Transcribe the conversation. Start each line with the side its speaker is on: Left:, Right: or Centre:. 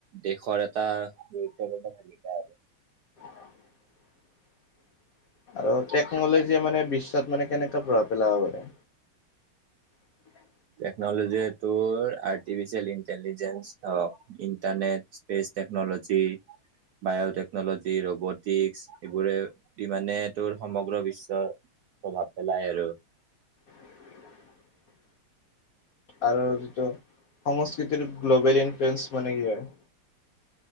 Right: দেশৰ এটা গুৰুত্বপূৰ্ণ ভূমিকা আৰু।
Left: <unintelligible> আৰু টেকনলজিয়ে মানে বিশ্বত মানে কেনেকে প্ৰভাৱ পেলাব পাৰে? <unintelligible>
Right: টেকনলজি তোৰ artificial intelligence, internet space. Technology. Biotechnology, robotics এইবোৰে ইমানে তোৰ সমগ্ৰ বিশ্বৰ প্ৰভাৱ পেলায়াই আৰু।
Left: <unintelligible> আৰু যিটো সংস্কৃতিৰ গ্ল'বেল ইনফ্লয়েন্ঞ্চ মানে কি হয়?